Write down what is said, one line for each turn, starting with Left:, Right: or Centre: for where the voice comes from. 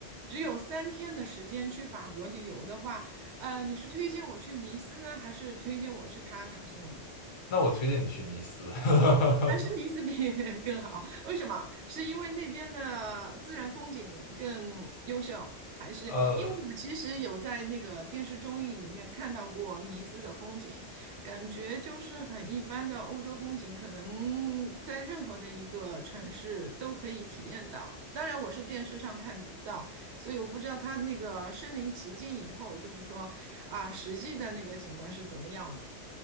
Right: 只有三天的时间去法国旅游的话，呃，你是推荐我去尼斯呢，还是推荐我去卡拉卡颂呢？
Left: 那我推荐你去尼斯，<laughs>
Right: 还是尼斯比 <laughs> 更好？为什么？是因为那边的自然风景更优秀，还是因为我其实有在那个电视综艺里面看到过尼斯的风景，
Left: 呃，
Right: 感觉就是很一般的欧洲风景，可能在任何的一个城市都可以体验到。当然，我是电视上看到，所以我不知道它那个身临其境以后，就是说啊，实际的那个景观是怎么样的。